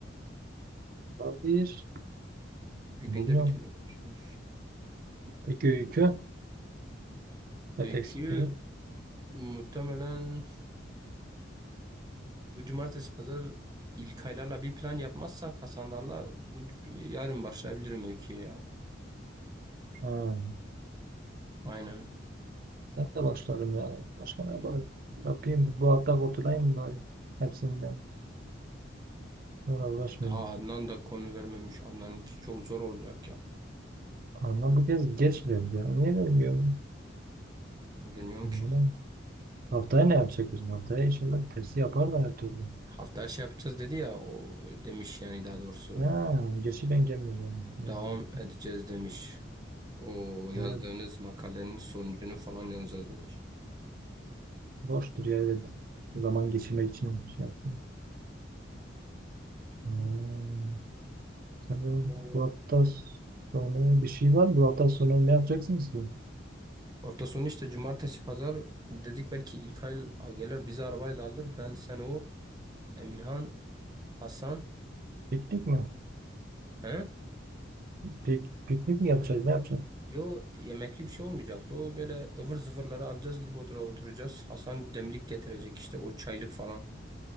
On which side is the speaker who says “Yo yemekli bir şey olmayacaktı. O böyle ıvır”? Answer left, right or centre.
Right